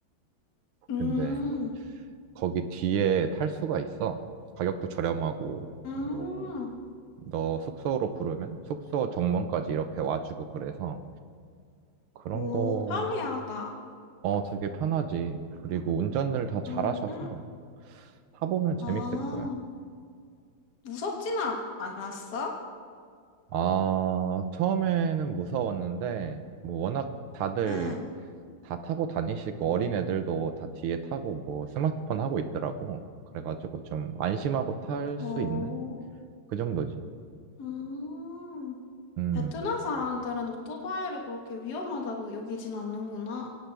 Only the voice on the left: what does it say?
음,
음,
오,
편리하다.
근,
음,
아,
무섭지는 아- 않았어?
응,
오,
음,
베트남 사람들은 오토바이를 그렇게 위험하다고 여기진 않는구나.